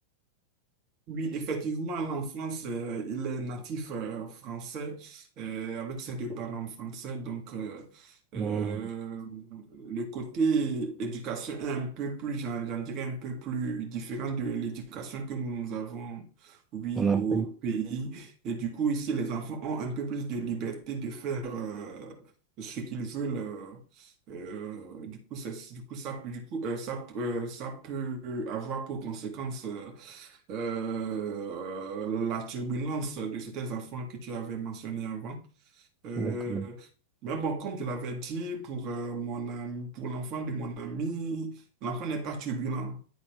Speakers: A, on the right; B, on the right.
A: Oui, effectivement, l'enfant il est natif euh, français euh, avec ses deux parents français. Donc, euh, euh,
B: en
A: le côté éducation est un peu plus, j'en j'en dirais, un peu plus différent de l'éducation que nous, nous avons, oui,
B: en Afrique.
A: au pays. Et du coup, ici, les enfants ont un peu plus de liberté de faire euh, ce qu'ils veulent. euh, euh, du coup, c'est- du coup, ça, peut- du coup, euh, ça, euh, ça peut avoir pour conséquence. euh, euh, la turbulence de ces enfants que tu avais mentionné avant. Euh,
B: D'accord.
A: mais bon, comme je l'avais dit, pour, euh, mon ami, pour l'enfant de mon ami, l'enfant n'est pas turbulent.